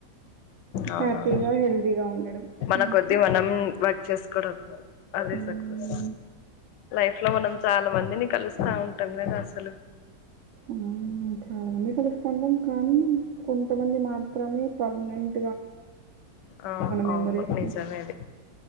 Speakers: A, on the left; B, on the right.
A: అవునవును
B: హ్యాపీగా, హెల్తీగా ఉండడం
A: మనకొద్ది
B: అంతే.
A: మనం వర్క్ చేసుకోవడం అదే
B: హ్మ్.
A: సక్సెస్ లైఫ్ లో మనం చాల మందిని కలుస్త ఉంటాం కదా అసలు
B: ఆ చాలా మంది కలుస్తుంటాం కానీ కొంతమంది మాత్రమే పర్మనెంట్
A: ఆ
B: మెమోరీస్‌లో.
A: అవును నిజమే అది